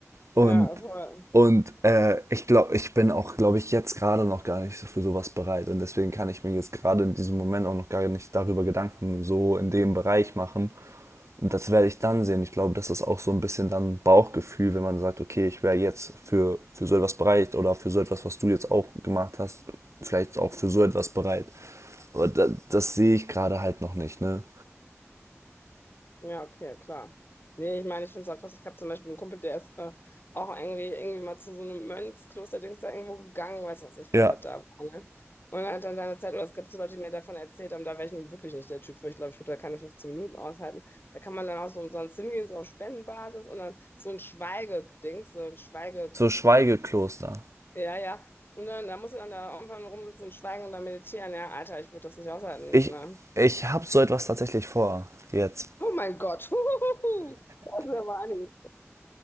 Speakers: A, on the right; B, on the left.
A: Und
B: Ja, voll.
A: und äh, ich glaube, ich bin auch, glaube ich, jetzt gerade noch gar nicht so für sowas bereit. Und deswegen kann ich mir jetzt gerade in diesem Moment auch noch gar nicht darüber Gedanken so in dem Bereich machen. Und das werde ich dann sehen. Ich glaube, das ist auch so ein bisschen dann Bauchgefühl, wenn man sagt, okay, ich wäre jetzt für, für so etwas bereit oder für so etwas, was du jetzt auch gemacht hast, vielleicht auch für so etwas bereit. Aber das, das sehe ich gerade halt noch nicht, ne?
B: Ja, okay, ja, klar. Nee, ich meine, ich finde es auch krass. Ich habe zum Beispiel einen Kumpel, der ist äh, auch irgendwie, irgendwie mal zu so einem Mönchskloster-Dings da irgendwo gegangen, weiß was ich, wo
A: Ja,
B: das da war. Ne? Und er hat dann da eine Zeit, oder es gibt so Leute, die mir davon erzählt haben, da wäre ich nun wirklich nicht der Typ für. Ich glaube, ich würde da keine 15 Minuten aushalten. Da kann man dann auch so umsonst hingehen, so auf Spendenbasis und dann so ein Schweigedings, so ein Schweige.
A: So Schweigekloster.
B: Ja, ja. Und dann, da musst du dann da irgendwann rumsitzen und schweigen und dann meditieren. Ja, Alter, ich würde das nicht aushalten.
A: Ich,
B: Ne?
A: ich habe so etwas tatsächlich vor jetzt. <clears throat>
B: Oh mein Gott. <laughs> Das ist aber einiges.